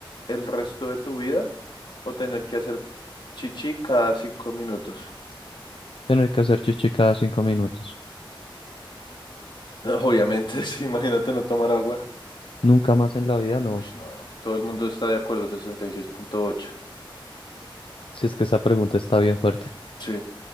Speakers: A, on the left; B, on the left.
A: el resto de tu vida o tener que hacer chichi cada cinco minutos.
B: Tener que hacer chichi cada cinco minutos.
A: No, Obviamente, <laughs> sí, imagínate no tomar agua.
B: Nunca más en la vida, no.
A: Ush, no, todo el mundo está de acuerdo, Sesenta y seis punto ocho.
B: Si es que esa pregunta está bien fuerte.
A: Sí,